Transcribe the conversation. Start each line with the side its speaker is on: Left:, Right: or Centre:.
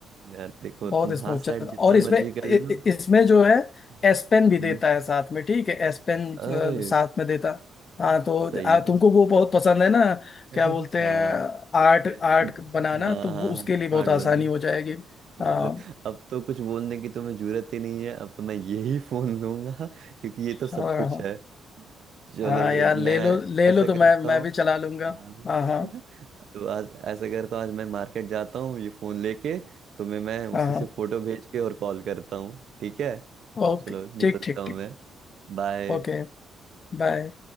Right: यार देखो
Left: बहुत
Right: तुम
Left: स्मूथ
Right: हाँ सेट
Left: चल और
Right: जितना
Left: इसमें
Right: मर्जी
Left: इ-
Right: कर लो
Left: इ- इसमें जो है
Right: हम्म,
Left: एस पेन भी देता है साथ में ठीक है एस पेन
Right: अरे
Left: साथ में
Right: कि-
Left: देता हाँ तो
Right: सही
Left: ज- आ, तुमको
Right: है
Left: वो बहुत पसंद है ना
Right: <laughs>
Left: क्या बोलते
Right: हाँ
Left: हैं आर्ट आर्ट
Right: हाँ
Left: बनाना तो वो
Right: हाँ
Left: उसके लिए बहुत
Right: हार्ड
Left: आसानी
Right: बनाना
Left: हो जाएगी
Right: चलो,
Left: हाँ
Right: अब तो कुछ बोलने की तुम्हें जरूरत ही नहीं है अब तो मैं यही फोन लूंगा क्योंकि ये तो सब
Left: हाँ
Right: कुछ
Left: हाँ
Right: है चलो
Left: हाँ
Right: फिर
Left: यार
Right: मैं
Left: ले लो ले
Right: ऐसा
Left: लो तो
Right: करता
Left: मैं मैं
Right: हूँ
Left: भी चला लूंगा
Right: हाँ।
Left: हाँ हाँ
Right: <laughs> तो आज ऐसा करता हूँ आज मैं मार्केट जाता हूँ ये फोन लेके तुम्हें मैं उसी
Left: हाँ
Right: से
Left: हाँ
Right: फोटो भेज के और कॉल करता हूँ ठीक है
Left: ओके
Right: चलो निकलता
Left: ठीक ठीक
Right: हूँ
Left: ठीक
Right: मैं बाय
Left: ओके बाय